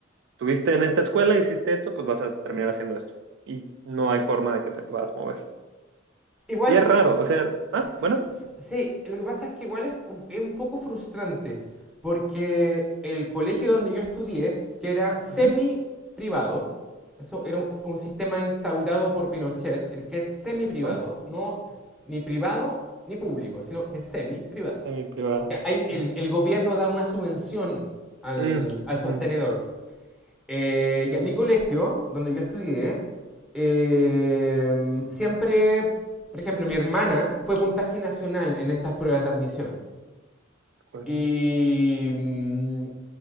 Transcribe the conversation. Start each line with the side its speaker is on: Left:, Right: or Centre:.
Right: estuviste en esta escuela, hiciste esto, pues vas a terminar haciendo esto. Y no hay forma de que te puedas mover.
Centre: Igual,
Right: Y es raro,
Centre: no sé
Right: o sea, ah,
Centre: S-
Right: bueno,
Centre: Sí, lo que pasa es que igual es, un es un poco frustrante, porque el colegio donde yo estudié, que era semi
Right: ujú,
Centre: privado, eso era un, un sistema instaurado por Pinochet, el que es semi privado,
Right: ah,
Centre: no ni privado ni público, sino que es semi privado.
Right: semiprivada,
Centre: Que hay- el,
Right: ok.
Centre: el gobierno da una subvención al,
Right: Mm,
Centre: al
Right: ujú,
Centre: sostenedor,
Right: de
Centre: eh, y a mi colegio, donde yo estudié, eh, siempre, por ejemplo, mi hermana fue puntaje nacional en estas pruebas de admisión.
Right: acuerdo.
Centre: Y mm,